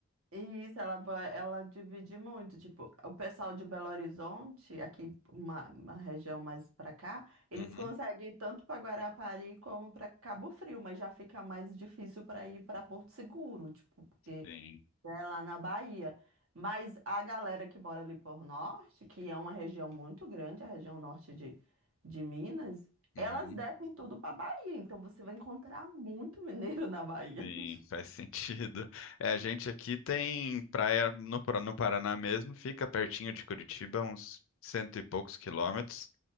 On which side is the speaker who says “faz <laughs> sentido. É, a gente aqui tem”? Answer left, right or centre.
Left